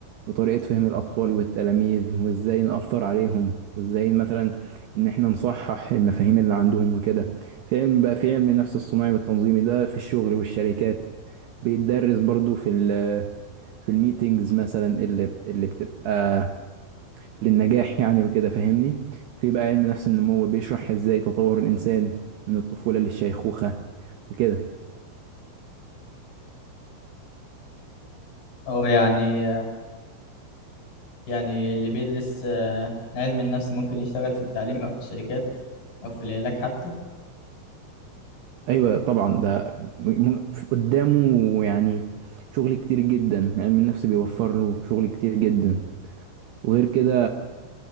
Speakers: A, on the right (about 70°); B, on the left (about 50°).
A: وطريقة فهم الأطفال والتلاميذ وإزاي نأثر عليهم وإزاي مثلا إن إحنا نصحح المفاهيم اللي عندهم وكده في علم بقى في علم النفس الصناعي والتنظيمي ده في الشغل والشركات بيتدرس برضو في ال في الميتينجز مثلا اللي اللي بتبقى للنجاح يعني وكده فاهمني في بقى علم نفس النمو بيشرح إزاي تطور الإنسان من الطفولة للشيخوخة وكده
B: أو يعني يعني اللي بيدرس آه، علم النفس ممكن يشتغل في التعليم أو في الشركات أو في العلاج حتى
A: ايوه طبعا ده م- م- قدامه يعني شغل كتير جدا علم النفس بيوفر له شغل كتير جدا وغير كده